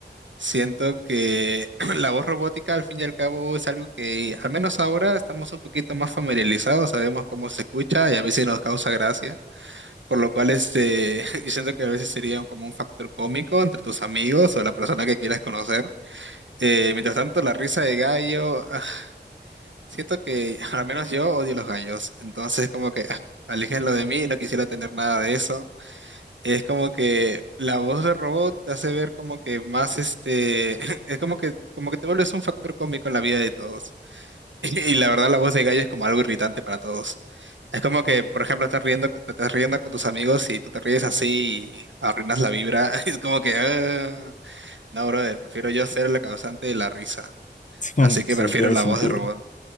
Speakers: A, on the right; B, on the left.
A: Siento que <clears throat> la voz robótica al fin y al cabo es algo que al menos ahora estamos un poquito más familiarizados, sabemos cómo se escucha y a veces nos causa gracia, por lo cual este, <laughs> yo siento que a veces sería como un factor cómico entre tus amigos o la persona que quieras conocer. Eh, mientras tanto, la risa de gallo, <laughs> Siento que <laughs> al menos yo odio los gallos, entonces como que <laughs> ah, aléjenlo de mí, no quisiera tener nada de eso. Es como que la voz del robot te hace ver como que más este, <laughs> es como que como que te vuelves un factor cómico en la vida de todos. <laughs> Y, la verdad la voz de gallo es como algo irritante para todos. Es como que, por ejemplo, estás riendo, te estás riendo con tus amigos y tú te ríes así y arruinas la vibra. <laughs> Es como que, ah, no, brother, prefiero yo ser la causante de la risa.
B: Sí,
A: Así que prefiero
B: tiene
A: la
B: sentido.
A: voz de robot.